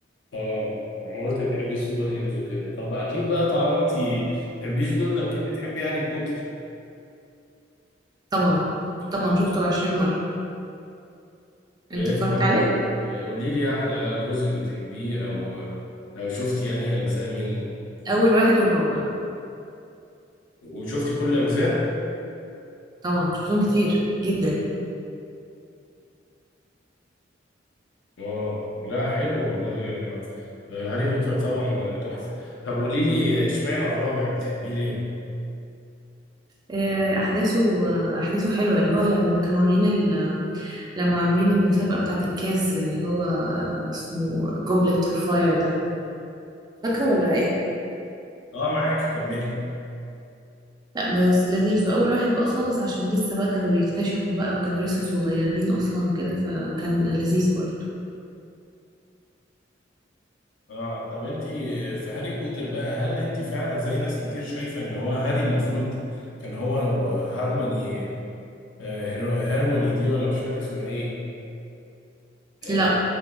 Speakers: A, on the left; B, on the right.
A: اه انا قلت بتحبي السوبر هيروز وكده طب اكيد بقى طالما انتي بتحبيش دول اكيد بتحبي هاري بوتر
B: طبعا طبعا شفته 20 مرة
A: وايه
B: انت اتفرجت
A: بقى
B: عليه
A: آه، قولي لي احلى جزء بتحبيه او او شفتي انهي اجزاء منه
B: اول واحد والرابع
A: وشفتي كل اجزاء
B: طبعا شفتهم كتير جدا
A: اه لا حلو والله انا آه، هاري بوتر طبعا آه، تحفة طب قولي لي اشمعنى الرابع بتحبيه ليه؟
B: آه، احداثه آه، احداثه حلوة اللي هو لما كانوا عاملين ال... لما عاملين المسابقة بتاعة الكاس اللي هو آه، اسمه جوبلت اوف فاير ده فاكره ولا ايه
A: اه معاكي كملي
B: لا بس لذيذ واول واحد بقى خالص عشان لسه بقى كانوا بيكتشفوا بقى وكانوا لسه صغيرين اصلا وكده فكان لذيذ برضه
A: اه طب انت في هاري بوتر بقى هل انت فعلا زي ناس كتير شايفة ان هو هاري المفروض كان هو وهارموني آه، هيرو- هارموني دي ولا مش فاكر اسمها ايه آه،
B: لا